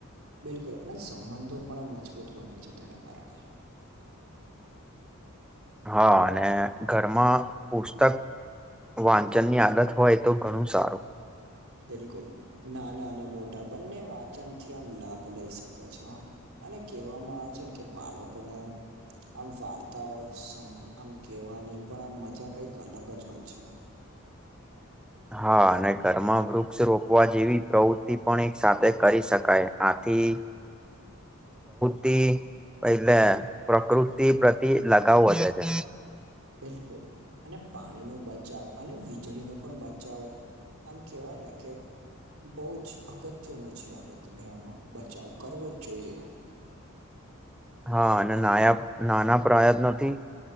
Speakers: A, on the right; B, in the centre.
A: બિલકુલ, અને સંબંધો પણ મજબૂત બને છે તેના કારણે.
B: હા, અને ઘરમાં પુસ્તક વાંચન ની આદત હોય તો ઘણું સારું
A: બિલકુલ નાના અને મોટા બંને વાચન થી આમ લાભ લઈ શકે છે અને કહેવામાં આવે છે ને, કે બાળકોને આમ, વાર્તાઓ આમ કેહેવાની પણ આમ મજા કંઈક અલગ જ હોય છે.
B: હા, અને ઘરમાં વૃક્ષ રોપવા જેવી પ્રવૃત્તિ પણ એક સાથે કરી શકાય, આથી કે એટલે પ્રકૃતિ પ્રતિ લગાવ વધે છે.
A: બિલકુલ અને પાણી નુ બચાવ અને વીજળી નુ પણ બચાવ. આમ કહેવાય ને કે. બહુ જ અગત્યનું છે આ બધું બેનો બચાવ કરવો જ જોઈએ.
B: હા અને નાયા નાના પ્રયત્નોથી